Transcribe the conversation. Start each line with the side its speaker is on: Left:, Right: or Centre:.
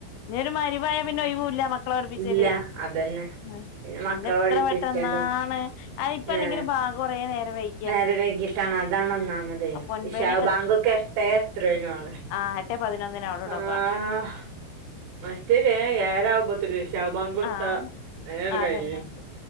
Left: ഇ ഒരു മയിരിബായ പിന്നെ ഒഴിവൂല്ല മക്കളെ പഠിപ്പിച്ചല്
Right: ഇല്ല അതന്നെ
Left: ഉം
Right: മക്കളെ
Left: പിന്നെ എത്ര
Right: പഠിപ്പിക്കലും
Left: പെട്ടന്നാണ്‌ അയ് ഇപ്പ
Right: നേ
Left: അല്ലെങ്കിലും പാ കുറേ നേരം വൈക്ണ്‌
Right: നേരം വൈകിട്ടാണ് അതാണ് ഒന്നാമതേ
Left: അപ്പൊ ഒൻപണിയൊക്കെ
Right: ഇശാവ് ബാങ്കൊക്കെ എട്ടേ എത്രേനാണ്
Left: ആ് എട്ടേ പതിനൊന്നിന് അവിടെടോ
Right: ആഹ മറ്റേ വേം ഏഴര ആവുമ്പത്ത്ന് ഇഷാഹ് ബാങ്ക് കൊടുത്ത
Left: ആഹ്
Right: വേം അണ്ട്
Left: അതന്നെ
Right: കയ്യേര്ന്ന്